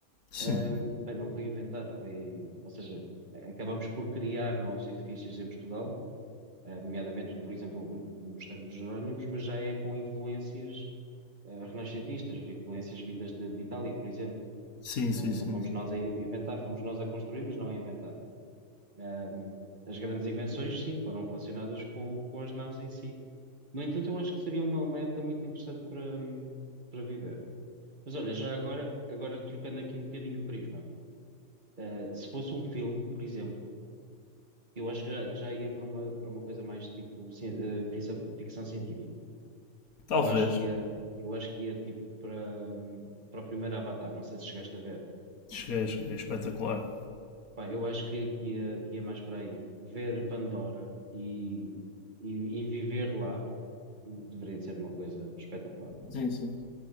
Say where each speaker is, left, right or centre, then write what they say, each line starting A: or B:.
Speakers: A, on the left; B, on the right.
A: Sim,
B: Ahm, bem, não foi inventar, foi, ou seja, acabámos por criar novos edifícios em Portugal, ah, nomeadamente, por exemplo, o o Mosteiro dos Jerónimos, mas já é com influências, ah, renascentistas, influências vindas de, de Itália, por exemplo.
A: sim,
B: Não,
A: sim, sim.
B: não fomos
A: sim.
B: nós a i- a inventar, fomos nós a construir, mas não a inventar. Ahm, as grandes invenções, sim, foram relacionadas com, com as naus em si. No entanto, eu acho que seria uma, uma época muito interessante para, para viver. Mas olha, já agora, agora trocando aqui um bocadinho o prisma, eh, se fosse um filme, por exemplo, eu acho que já, que já ia para uma, para uma coisa mais tipo ci- eh, ficção, ficção científica.
A: Talvez.
B: Eu acho que ia, eu acho que ia tipo para, hum, para o primeiro Avatar, não sei se chegaste a ver.
A: Cheguei, cheguei. Espetacular.
B: Pá, eu acho que, que ia, que ia mais para aí. Ver Pandora e, e, e viver lá deveria de ser uma coisa espetacular.
A: Sim, sim.